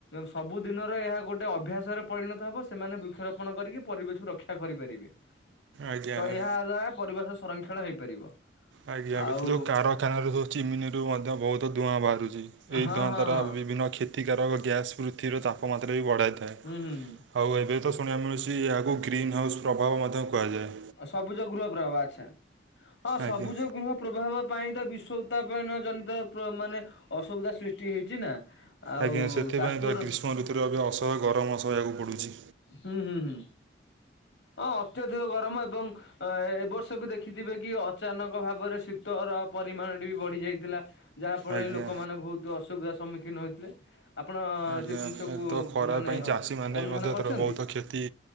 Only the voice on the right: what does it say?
ଆଜ୍ଞା
ଆଜ୍ଞା ଏବେ
ତ ଯୋଉ କାରଖାନା ର ଯୋଉ ଚିମିନିରୁୁ ମଧ୍ୟ ବହୁତ ଧୂଆଁ ବାହାରୁଚି ଏଇ
ଧୂଆଁ
ଦ୍ଵାରା
ବିଭିନ୍ନ କ୍ଷ ତିକାରକ ଗ୍ୟାସ୍ ପୃଥିବୀର ତାପମାତ୍ରା ବି ବଢ଼ାଇଥାଏ।
ଆଉ ଏବେ ତ ଶୁଣିବାକୁ ମିଳୁଚି ଏହାକୁ ଗ୍ରୀନ୍ ହାଉସ୍ ପ୍ରଭାବ ମଧ୍ୟ କୁହାଯାଏ।
ଆଜ୍ଞା
ଆଜ୍ଞା ସେଥିପାଇଁ
ତ
ଗ୍ରୀଷ୍ମ ଋତୁରେ ଅବୟ ଅସହ୍ୟ ଗରମ ସହିବାକୁ ପଡୁଚି।
ଆଜ୍ଞା
ଆଜ୍ଞା
ଏତ ଖରା
ପାଇଁ ଚାଷୀମାନେ
ବି ମଧ୍ୟ
ଏଥର ବହୁତ କ୍ଷତି